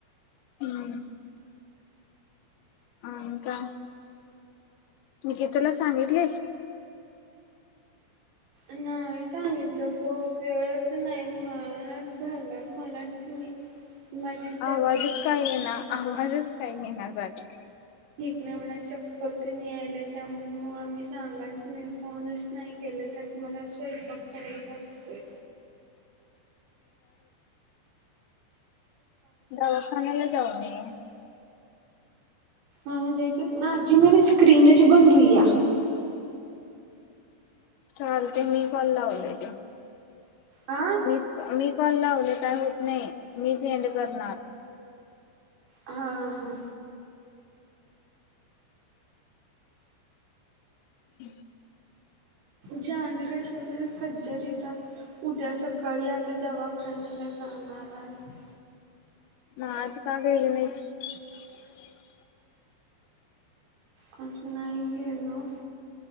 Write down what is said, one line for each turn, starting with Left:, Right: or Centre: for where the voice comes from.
Left: हम् ह इका न की तुला सांगितलेस
Right: नाही सांगितलं प वेळच नाही मणच झाला मला त मी माझी तब्येत
Left: आवाजच काय
Right: ठीक
Left: ये ना आवाजच काय आहे ना झाला
Right: कणी मला चक्करती नाही आहिलं त्यामुळं मी सांगालच नाही फोनच नाही केला तरत तुम्हाला स्वयंपाक करायचा असतोय
Left: दावाखानला जाऊ मी
Right: हाज तर ना अजी मेर स्क्रीन च बंदुई आ
Left: हम् चाल ते मी पण लावलं ते
Right: हा
Left: मी मी कॉल लावले काय होत नाही मी झेंड करणार
Right: हा हा
Left: हम्
Right: जाण काही सळे फज्जरही त उद्या सकाळी आता दवाखान्याला जाणार आहे
Left: मग आज का <unintelligible>
Right: कस नाही गलो